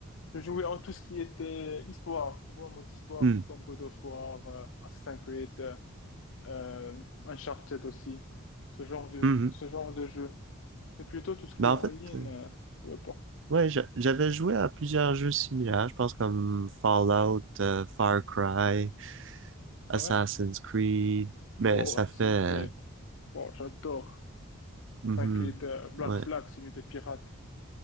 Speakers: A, on the left; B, on the right.
A: Je jouais en tout ce qui était histoire, tu vois, mode histoire,
B: Mhm.
A: comme God of War, euh, Assassin's Creed, euh, euh, Uncharted aussi. Ce genre de,
B: Mhm.
A: ce genre de jeu. Mais plutôt tout ce qui
B: Mais en
A: est en
B: fait,
A: ligne,
B: euh,
A: euh, je jouais pas.
B: ouais, j'a- j'avais joué à plusieurs jeux similaires, je pense comme Fallout, euh, Far Cry. Assassin's
A: Ouais.
B: Creed. Mais
A: Wow,
B: ça
A: Assassin's
B: fait... euh,
A: Creed. Wow, j'adore.
B: mhm.
A: T'inquiète, euh, Black
B: ouais.
A: Flag, celui des pirates.